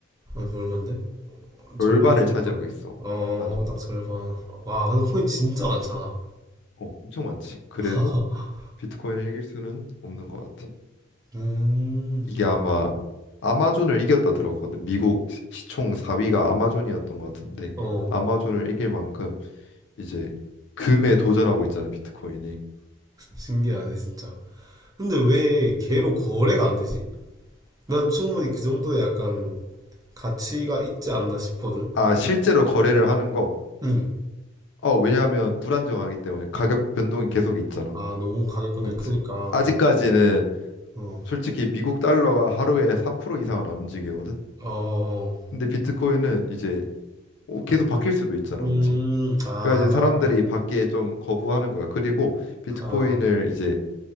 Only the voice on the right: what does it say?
아, 얼만데?
절반 이상인가?
어,
딱 절반. 와, 근데 코인 진짜 많잖아.
<laughs>
음,
아,
어,
신기하네, 진짜. 근데 왜 걔로 거래가 안 되지? 난 충분히 그 정도의 약간 가치가 있지 않나 싶거든?
응.
아, 너무 가격권이
크니까.
어,
어, 어. 어.
음,
아,
아,